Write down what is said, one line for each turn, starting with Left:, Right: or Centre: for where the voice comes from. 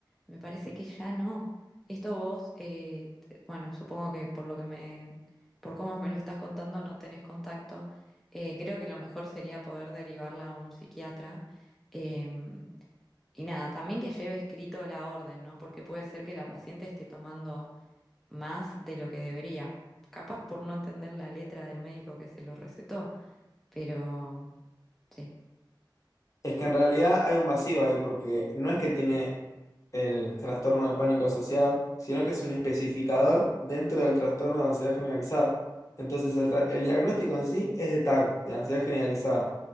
Centre: me parece que ya no. Esto vos, eh, t- bueno, supongo que por lo que me, por cómo me lo estás contando, no tenés contacto. Eh, creo que lo mejor sería poder derivarla a un psiquiatra. em, y nada, también que lleve escrito la orden, ¿no? Porque puede ser que la paciente esté tomando más de lo que debería. Capaz por no entender la letra del médico que se lo recetó, pero sí.
Left: Es que en realidad hay un vacío ahí porque no es que tiene el trastorno de pánico asociado, sino que es un especificador dentro del trastorno de ansiedad generalizada. Entonces, el, tra- el diagnóstico en sí es de TAG, de ansiedad generalizada,